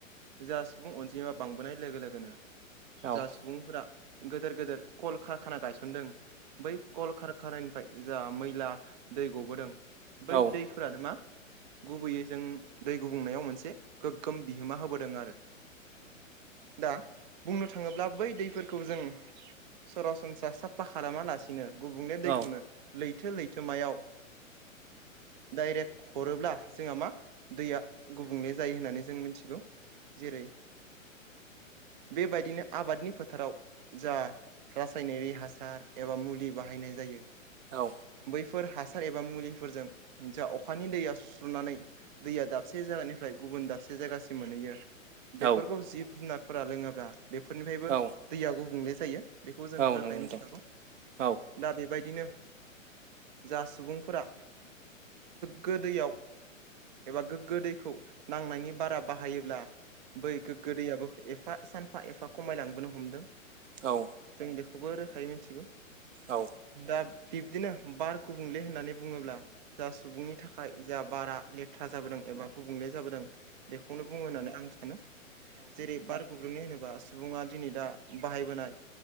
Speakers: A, on the right (about 35°); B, on the right (about 65°).
A: जा सुबुं अनजिमा बांबोनाय लोगो लोगोनो
B: औ
A: जा सुबुंफोरा गेदेर गेदेर कलकारखाना गायसनदों बै कल खारखानायानिफ्राय जा मैला दै गबोदों
B: औ
A: बै दै फोरानो मा गुबैयै जों दै गुबुंनायाव मोनसे गोग्गोम बिहोमा होबाय आरो <inaudible> दा बुंनो थाङोब्ला बै दैफोरखौ जों सरासनस्रा साफा खालामालासिनो नो गुबुंले दैखौनो
B: औ
A: लैथो लैथोमायाव दाइरेक्ट हरोब्ला जोंहा मा दैया गुबुंले जायो होननानै जों मिथिगौ जेरै बेबायदिनो आबादनि फोथाराव जा रासायनारि हासार एबा मुलि बाहायनाय जायो।
B: औ
A: बैफोर हासार एबा मुलिफोरजों ज अखानि दैया सुस्रनानै दैया दाबसे दाबसे जायगानिफ्राय गुबुन दाबसे जायगासिम मोनहैयो।
B: औ
A: बेफोरखौ जिब जुनारफोरा लोंङोब्ला बेफोरनिफ्रायबो
B: औ
A: दैया गुबुंले जायो बेखौ जों
B: औ
A: रोखायै
B: नंगौ नोंथां
A: मिथिखागौ
B: औ
A: दा बेबायदिनो जा सुबुंफोरा गोग्गो दैयाव एबा गोग्गो दैखौ नांनायनि बारा बाहायोब्ला बै गोदैयाबो एफा सानफा एफा खमायलांबोनो हमदों
B: औ
A: जों बेखौबो रोखायै मिथिगौ
B: औ
A: दा बिब्दिनो बार गुबुंले होननानै बुंङोब्ला जा सुबुंनि थाखाय जहा बारा लेथ्रा जाबोदों एबा गुबुंले जाबोदों बेखौनो बुङो होननानै आं सानो जे बार गुब्रुंनाय होनोबा सुबुंङा दिनै दा बाहायबोनाय